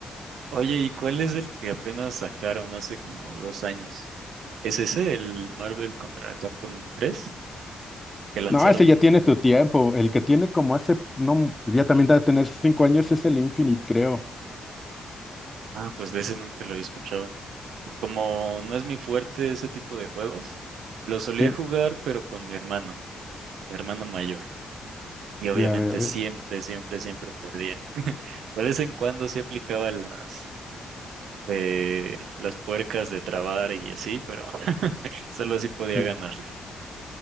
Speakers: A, on the right; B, on the left.
A: Oye, ¿y cuál es el que apenas sacaron hace como dos años? ¿Es ese, el Marvel contra Capcom 3 Que lanzaron.
B: No, ese ya tiene su tiempo. El que tiene como hace, no, ya también debe tener cinco años es el Infinite, creo.
A: Ah, pues de ese nunca lo había escuchado. Como no es mi fuerte ese tipo de juegos, lo solía
B: Sí,
A: jugar, pero con mi hermano, mi hermano mayor. Y obviamente
B: Ya veo, eh,
A: siempre, siempre, siempre perdía. <laughs> De vez en cuando sí aplicaba las, eh, las puercas de trabar y así, pero <laughs> solo así podía
B: sí.
A: ganarle.